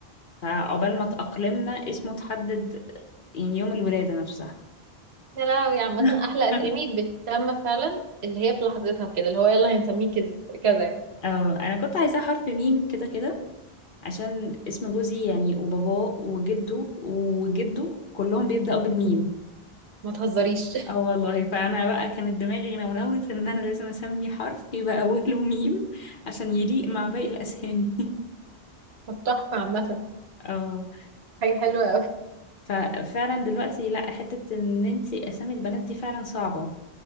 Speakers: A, on the left (about 55°); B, on the right (about 85°).
A: فعقبال ما اتأقلمنا اسمه اتحدد يعني يوم الولادة نفسها
B: يا لهوي عامة
A: <laughs>
B: أحلى أسامي بتسمى فعلا اللي هي في لحظتها كده اللي هو يلا هنسميه كذا كذا يعني
A: اه انا كنت عايزاه حرف ميم كده كده عشان اسم جوزي يعني وباباه وجده وجده كلهم بيبدأوا بالميم
B: ما تهزريش <laughs>
A: اه والله فانا بقى كانت دماغي نونوت ان انا لازم اسمي حرف يبقى اوله ميم عشان يليق مع باقي الاسامي
B: طب تحفة عامة
A: <laughs> اه
B: حاجة حلوة أوي
A: ففعلا دلوقتي لا حتة ان انتي اسامي البنات دي فعلا صعبة